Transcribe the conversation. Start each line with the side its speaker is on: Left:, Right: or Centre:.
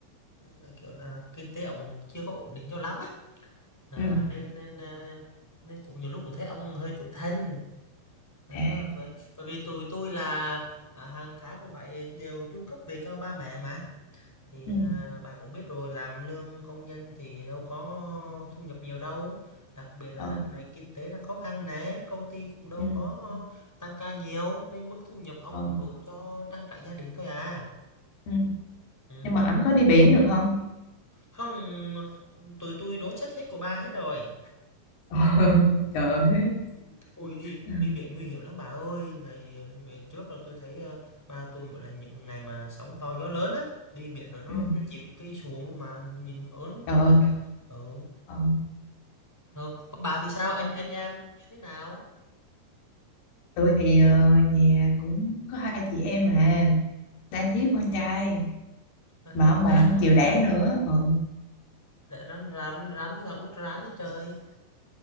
Centre: ờ, kiểu là kinh tế ông chưa có ổn định cho lắm á. À,
Left: ừ
Centre: nên nên à, nên cũng nhiều lúc cũng thấy ông hơi tủi thân. Đó,
Left: à
Centre: bởi bởi vì tụi tôi là à, hàng tháng cũng phải đều chu cấp về cho ba mẹ mà. Thì,
Left: ừ
Centre: à, bà cũng biết rồi, làm lương công nhân thì đâu có thu nhập nhiều đâu. Đặc biệt là
Left: ờ
Centre: đợt này kinh tế đang khó khăn nè, công ty cũng đâu
Left: ừ
Centre: có tăng ca nhiều, nên mức thu nhập ông
Left: ờ
Centre: cũng đủ cho trang trải gia đình thôi à.
Left: ừ
Centre: Ừ.
Left: nhưng mà ảnh có đi biển được không
Centre: Không, tụi tôi đốt sách hết của bà hết rồi.
Left: <laughs> trời ơi
Centre: Ui đi,
Left: ừ.
Centre: đi biển nguy hiểm lắm bà ơi. Ngày ngày trước là tôi thấy ờ, ba tôi một lần những ngày mà sóng to gió lớn á, đi biển rồi nó
Left: ừ.
Centre: nó chìm cái xuồng luôn mà nhìn ớn ớn
Left: trời ơi
Centre: lạnh. Ừ.
Left: ờ.
Centre: Không, còn bà thì sao? Anh anh em như thế nào?
Left: tôi thì ờ, nhà cũng có hai chị em mà đang thiếu con trai
Centre: Là thiếu
Left: mà ông
Centre: con trai
Left: bà không
Centre: hả?
Left: chịu đẻ nữa ừ,
Centre: Để rắn rắn rắn thế là út rắn đấy trời.